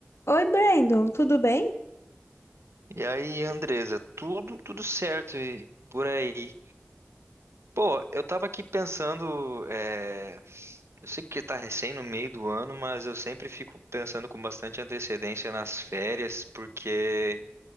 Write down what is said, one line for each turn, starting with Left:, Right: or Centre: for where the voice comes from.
Left: Oi, Brandon, tudo bem?
Right: E aí, Andresa, tudo tudo certo e por aí. Pô, eu tava aqui pensando, é, eu sei que tá recém no meio do ano, mas eu sempre fico pensando com bastante antecedência nas férias, porque